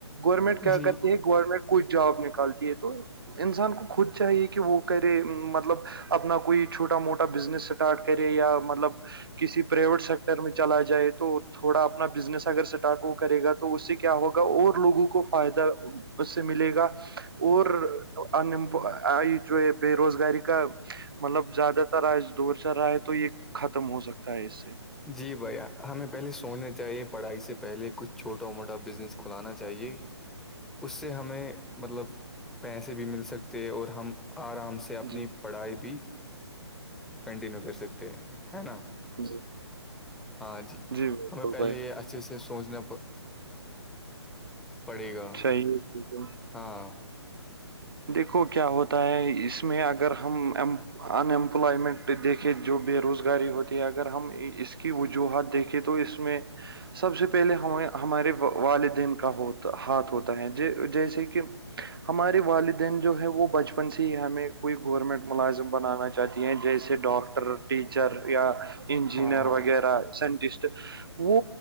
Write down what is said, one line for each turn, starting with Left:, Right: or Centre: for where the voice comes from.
Right: گورنمنٹ کیا
Centre: جی
Right: کرتی ہے گورنمنٹ کوئی جاب نکالتی ہے تو انسان کو خود چاہیے کہ وہ کرے مطلب اپنا کوئی چھوٹا موٹا بزنس اسٹارٹ کرے یا مطلب کسی پرائیویٹ سیکٹر میں چلا جائے تو تھوڑا اپنا بزنس اگر اسٹارٹ وہ کرے گا تو اس سے کیا ہوگا اور لوگوں کو فائدہ اس سے ملے گا اور ان ایمپ جو بے روزگاری کا مطلب زیادہ تر آج دور چل رہا ہے تو یہ ختم ہو سکتا ہے اس سے
Centre: جی بھائی ہمیں پہلے سوچنا چاہیے پڑھائی سے پہلے کچھ چھوٹا موٹا بزنس کھلانا چاہیے اس سے ہمیں مطلب پیسے بھی مل سکتے ہیں اور ہم آرام سے کہ اپنی
Right: جی
Centre: پڑھائی بھی کنٹینیو کر سکتے ہیں ہے نا
Right: جی
Centre: ہاں جی
Right: بالکل
Centre: ہمیں پہلے
Right: بھائی
Centre: یہ اچھے سے سوچنا پڑے گا
Right: چاہیے
Centre: ہاں
Right: دیکھو کیا ہوتا ہے اس میں اگر ہم ایم ان امپلائمنٹ پہ دیکھے جو بے روزگاری ہوتی ہے اگر ہم اس کی وجوہات دیکھیں تو اس میں سب سے پہلے ہم ہمارے والدین کا ہوتا ہاتھ ہوتا تو ہیں جی جیسے کہ ہمارے والد جو ہے وہ بچپن سے ہی ہمیں کوئی گورنمنٹ ملازم بنانا چاہتی ہیں جیسے ڈاکٹر ٹیچر یا انجینئر
Centre: ہاں ہاں
Right: وغیرہ سائنٹسٹ وہ